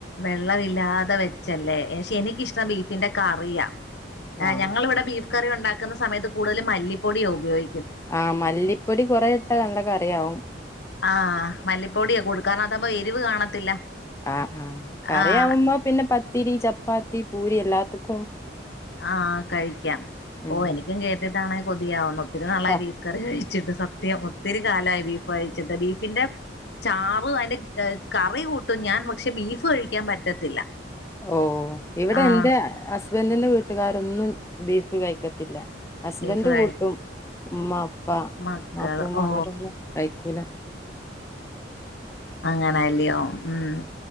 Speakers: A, on the left (about 65°); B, on the left (about 15°).
A: വെള്ളമില്ലാതെ വെച്ചല്ലേ. പക്ഷെ എനിക്കിഷ്ടം ബീഫിന്റെ കറിയാ ആ
B: ആഹ്
A: ഞങ്ങള് ഇവ്ടെ ബീഫ് കറി ഒണ്ടാക്ക്ന്ന സമയത്ത് കൂടുതലും മല്ലിപ്പൊടിയോ ഉപയോഗ
B: ആഹ് മല്ലിപ്പൊടി കുറെ ഇട്ടാ നല്ല കറിയാവും
A: ആഹ് മല്ലിപ്പൊടിയെ കൊടുക്കാനവതബം എരിവ് കാണത്തില്ല.
B: ആഹ് കറിയാവുമ്പ
A: ആഹ്
B: പിന്നെ പത്തിരി ചപ്പാത്തി പൂരി എല്ലാത്ത്ക്കും
A: ആഹ കഴിക്കാം
B: ഉം
A: ഓ എനിക്കും കേട്ടിട്ടാണെ കൊതിയാവുന്നു ഒത്തിരി നളായി
B: ഹ,
A: ബീഫ് കറി കയി കഴിച്ചിട്ട്, സത്യം ഒത്തിരി കാലായി ബീഫഴിച്ചിട്ട് ബീഫിന്റെ ചാറ് അതിന്റെ കറി കൂട്ടും ഞാ പക്ഷെ ബീഫ് കഴിക്കാ പറ്റത്തില്ല.
B: ഓ ഇവിടെ
A: ആഹ്
B: എൻറെ ഹസ്ബന്റി ന്റെ വീട്ടുകാരൊന്നും ബീഫ് കയിക്കത്തില്ല. ഹസ്ബന്റ്
A: ബീഫ് കഴി
B: കൂട്ടും. ഉമ്മ പ്പാ
A: മക്കള്
B: ന്നാത്തൂമ്മ
A: ഓ
B: ഓരൊന്നും കൈക്കൂല. <inaudible>
A: അങ്ങനല്ല്യോ, ഹ്മ്മ്